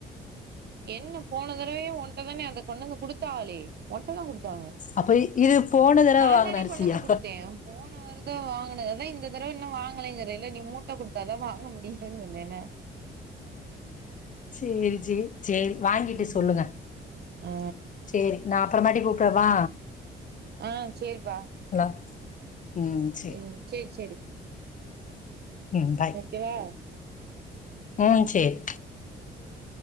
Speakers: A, on the right; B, on the left.
A: என்னப் போன தடவே ஒன்ட்ட தானே அத கொண்ணந்து குடுத்தாளே ஒன்ட்ட தா குடுத்தாங்க
B: அப்ப இது போன தடவ
A: நாந்தானே
B: வாங்குன அரிசியா
A: கொண்ணந்து குடுத்தே போன வருத வாங்குனத தா இந்த தரவ ன்னு வாங்கலைங்கிற இல்ல நீ மூட்ட குடுத்தல்ல வாங்க முடியுதுன் சொன்னேன்ன
B: சேரி சே சேரி வாங்கிட்டு
A: ம்
B: சொல்லுங்க
A: ஆ
B: சேரி நா அப்பறமாட்டி கூப்புட வா
A: ஆ சேரிப்பா
B: ல ம் சேரி
A: ம் சேரி சேரி
B: ம் பாய்
A: ஓகோ வா
B: ம் சேரி
A: ம்